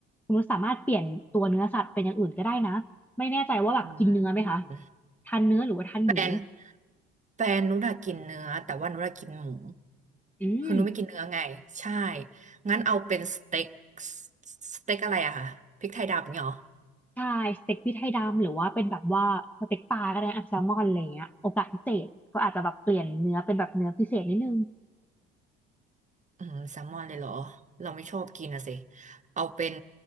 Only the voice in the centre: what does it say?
คุณนุชสามารถเปลี่ยนตัวเนื้อสัตว์เป็นอย่างอื่นก็ได้นะไม่แน่ใจว่าแบบกินเนื้อไหมคะ
ทานเนื้อหรือว่าทานหมู
อืม
ใช่สเต็กพริกไทยดำหรือว่าเป็นแบบว่าสเต็กปลาก็ได้นะแซลมอนอะไรเงี้ยโอกาสพิเศษก็อาจจะแบบเปลี่ยนเนื้อเป็นแบบเนื้อพิเศษนิดนึง